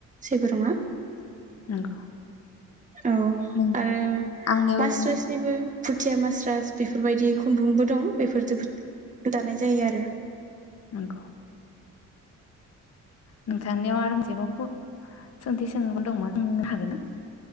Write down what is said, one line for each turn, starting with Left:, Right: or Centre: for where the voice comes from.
Right: जेबो नङा
Left: नंगौ
Right: औ
Left: नों
Right: आरो
Left: आंनियाव
Right: मासट्रासनिबो फुथिया मास्रास बेफोरबायदि खुन्दुंबो दं बेफोर जोबोद दानाय जायो आरो
Left: नंगौ नोंथांनियाव आरो मोनसेबाव सोंथि सों दं म सोंनो हागोन ना?